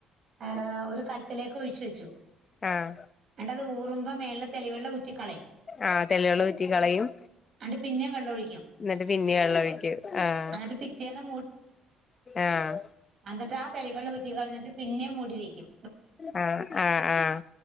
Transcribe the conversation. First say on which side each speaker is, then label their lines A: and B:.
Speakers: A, on the right; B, on the left.
A: അഹ് ഒരു കലത്തിലേക്ക് ഒഴിച്ച് വെച്ചു.
B: ആഹ്
A: എന്നിട്ടത് ഊറുമ്പോ മേളിലെ തെളിവെള്ളം ഊറ്റിക്കളയും
B: ആഹ് തെളി വെള്ളൂറ്റി കളയും.
A: എന്നിട്ട് പിന്നേം വെള്ളം ഒഴിക്കും
B: ന്ന്ട്ട് പിന്നേണല്ലോ ഒഴിക്ക് ആഹ്
A: എന്നിട്ട് പിറ്റേന്ന്
B: ആഹ്
A: അന്നട്ട് ആ തെളിവെള്ളൂറ്റി കളഞ്ഞ്ട്ട് പിന്നെ മൂടി വെയ്ക്കും
B: ആഹ് ആഹ് ആഹ്